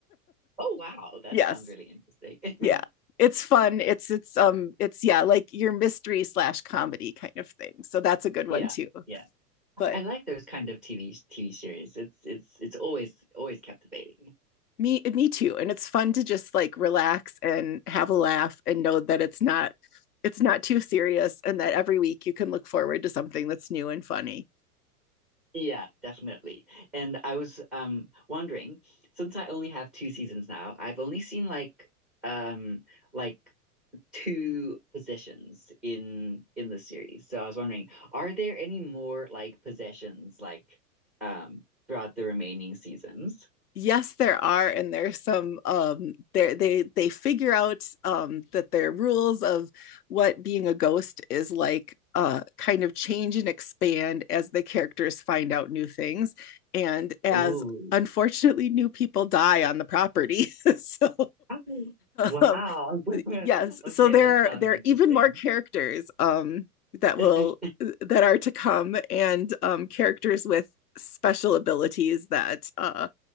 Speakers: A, in the centre; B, on the left.
A: oh wow,
B: <laughs>
A: that
B: yes
A: sounds really interesting.
B: yeah it's fun
A: <laughs>
B: it's it's um it's yeah like your mystery slash comedy kind of thing so that's a good
A: Yeah,
B: one too
A: yeah.
B: but
A: I like those kind of TV TV series. It's it's it's always always captivating.
B: me me too and it's fun to just like relax and have a laugh and know that it's not it's not too serious and that every week you can look forward to something that's new and funny
A: Yeah, definitely. And I was um wondering, since I only have two seasons now, I've only seen like um like two positions in in the series. So I was wondering, are there any more like possessions like um throughout the remaining seasons?
B: Yes, there are, and there's some um there they they figure out um that their rules of what being a ghost is like uh kind of change and expand as the characters find out new things and as
A: Ooh.
B: unfortunately new people die on the property. <laughs> So
A: Oh, wow.
B: um
A: <laughs>
B: yes,
A: Okay,
B: so there
A: that sounds
B: are there
A: interesting.
B: are even more characters um that will
A: <laughs>
B: that are to come and um characters with special abilities that uh